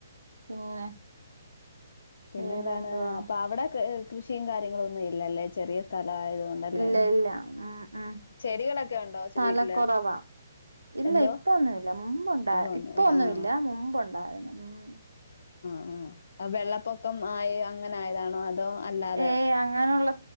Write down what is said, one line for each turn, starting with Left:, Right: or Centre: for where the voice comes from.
Right: പിന്നെ
Left: പിന്നെന്താണ്
Right: വേറെ എന്തുവാ
Left: അപ്പ അവിടെക്ക് കൃഷിയും കാര്യങ്ങളൊന്നും ഇല്ലാല്ലേ ചെറിയ സ്ഥല ആയതുകൊണ്ടല്ലേ
Right: ഇല്ല ഇല്ല ഉം ഉം
Left: ചെടികളൊക്കെ ഉണ്ടോ
Right: സ്ഥലക്കൊറവ
Left: വീട്ടില്
Right: ഇല്ല
Left: എന്തോ
Right: ഇപ്പൊന്നുല്ല മുമ്പുണ്ടാ-
Left: പോന്നിട്ട്
Right: ഇപ്പൊന്നുല്ല
Left: ആഹ്
Right: മുമ്പുണ്ടായിരുന്നു ഉം
Left: ആ ആ വെള്ളപ്പൊക്ക ക്കം ആയി അങ്ങനെ ആയതാണോ അതോ അല്ലാതെ
Right: ഏഹ് അങ്ങനെയുള്ള